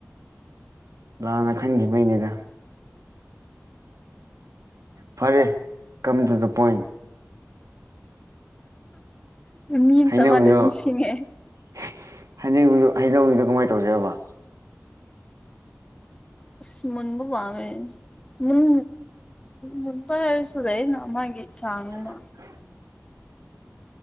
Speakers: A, on the right; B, on the left.
A: ꯂꯥꯟꯅ ꯈꯟꯒꯤꯕꯩꯅꯤꯗ ꯐꯔꯦ ꯀꯝ ꯇꯨ ꯗ ꯄꯣꯏꯟ
B: ꯃꯤꯝꯁ
A: ꯍꯩꯅꯧꯗꯣ
B: ꯑꯃꯗꯣ ꯅꯤꯡꯁꯤꯡꯉꯛꯑꯦ
A: <unintelligible> ꯍꯩꯅꯧꯒꯤꯗꯣ ꯀꯝꯃꯥꯏ‌ ꯇꯧꯁꯦꯕ
B: ꯑꯁ ꯃꯨꯟꯕ ꯄꯥꯝꯃꯦ ꯃꯨꯟ ꯃꯨꯟꯕ ꯍꯥꯏꯔꯁꯨ ꯂꯩꯌꯦꯅ ꯃꯥꯒꯤ ꯆꯥꯡ‌ ꯑꯃ
A: <inaudible>